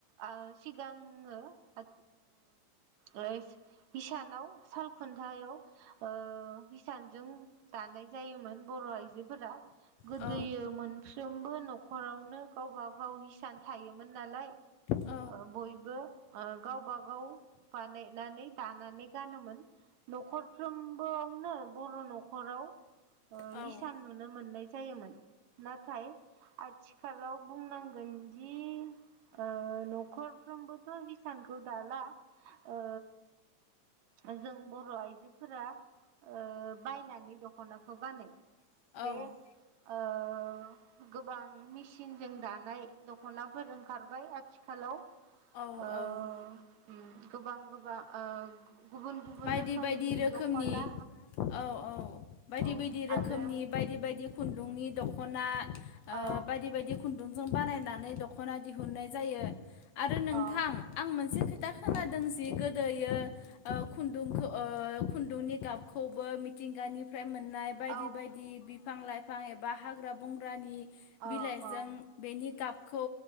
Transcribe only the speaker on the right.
ओ‌ सिगाङो ओ ओ हिसानाव साल खुन्थायाव ओ हिसान ओं दानाय जायोमोन बर' आइजो फोरा गोदोयो
मोनफ्रोमबो न'खरावनो गावबा गाव हिसान थायोमोन नालाय।
<inaudible> ओ बयबो ओ गावबा गाव बानायनानै दानानै गानोमोन न'खरफ्रोमबोआवनो। बर' न'खराव ओ
हिसान नुनो मोननाय जायोमोन। नाथाय आथि खालाव बुंनांगोनदि ओ न'खरफ्रोमबोथ' हिसानखौ दाला। ओ। ओ जों बर' आइजोफोरा ओ बायनानै दख'नाखौ गानो
बे ओ ओ गोबां मेसिनजों दानाय दख'नाफोर ओंखारबाय आथिखालाव। ओ
ओम गोबां गोबा ओ गुबुन गुबुन
रोखोमनि
दख'ना
औ
आरो
औ
औ
औ
औ
औ
औ